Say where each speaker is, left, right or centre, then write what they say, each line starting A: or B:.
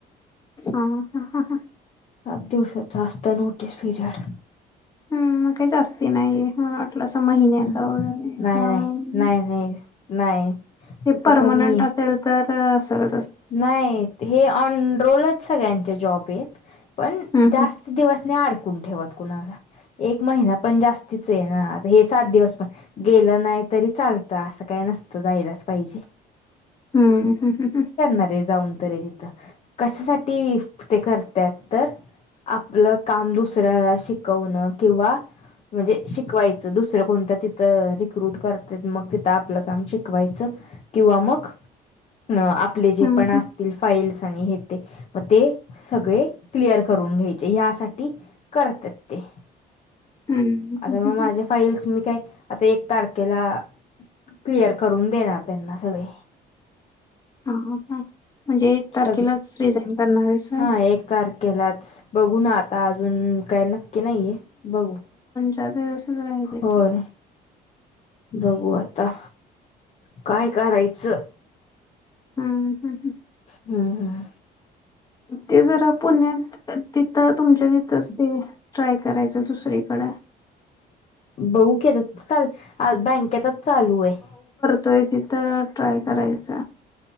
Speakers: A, on the left; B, on the left.
A: हा हा हा ह.
B: सात दिवसाचा असतो नोटीस पिरियड.
A: हम्म मग काय जास्ती नाहीये. मला वाटलं असं महिन्यात
B: हम्म नाही
A: सहा
B: नाही
A: महिने,
B: नाही नाही नाही
A: हे
B: इथं
A: परमनंट
B: कमी आहे
A: असेल तर तर सगळ.
B: नाही, हे ऑन रोलच सगळ्यांचे जॉब. पेत पण
A: हम्म
B: जास्त दिवस नाही अडकून ठेवत. कुणाला? एक महिना पण जास्तीचाय ना. हे सात दिवस पण गेलं नाही तरी चालतं असं काय नसतं जायलाच पाहिजेच.
A: हम्म हम्म हम ह.
B: आरे जेऊन तरी तिथ कशासाठी ते करत्यात तर, आपलं काम दुसऱ्याला शिकवण किंवा म्हणजे शिकवायचं दुसरं कोणत तिथ रिक्रुट करत्यात मग तिथ आपलं काम शिकवायच किंवा मग अं आप आपले जे
A: हम्म
B: पण असतील
A: हम्म
B: फाईल्स आणि हे ते, म ते सगळे क्लिअर करून घ्यायचे यासाठी करतात ते.
A: हम्म हम्म
B: आता
A: हम्म हम्म,
B: मग
A: हम्म.
B: माझे फाईल्स मी काय आता एक तारखेला क्लिअर करून देणार त्यांना सगळे.
A: हा हा. म्हणजे एक तारखेलाच
B: सगळे
A: रिझाईन करणार आहेस होय
B: हा एक तारखेलाच बघू ना आता <unintelligible> की नाहीे बघू.
A: <inaudible> राहील
B: होय
A: की.
B: बघू आता. काय करायच.
A: हम्म हम्म.
B: हम हम.
A: ते जरा पुण्यात तिथं तुमच्या तिथंच ते ट्राय करायच दुसरीकड.
B: बघू की. चल आज बँकेतच चालू ये.
A: तोय तिथं ट्राय करायच.